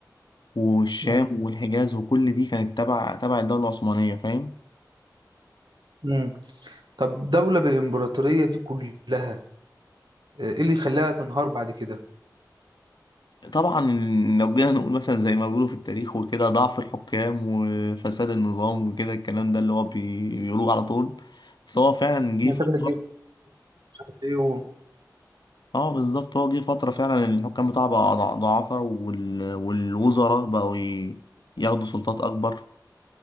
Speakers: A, on the left (about 80°); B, on the right (about 85°).
A: والشام
B: مم.
A: والحجاز وكل دي كانت تبع تبع الدولة العثمانية فاهم
B: مم. طب دولة بالإمبراطورية دي كلها آه، ايه اللي يخليها تنهار بعد كده؟
A: طبعا لو جينا نقول مثلا زي ما بيقولوا في التاريخ وكده ضعف الحكام وفساد النظام وكده الكلام ده اللي هو بي- بيقولوه على طول بس هو فعلا جه
B: ما
A: فترة
B: تعمل الجيش عارف ايه و...
A: اه بالظبط هو جه فترة فعلا الحكام بتاعه بقى ضع- ضعفاء وال... والوزراء بقوا ي... ياخدوا سلطات أكبر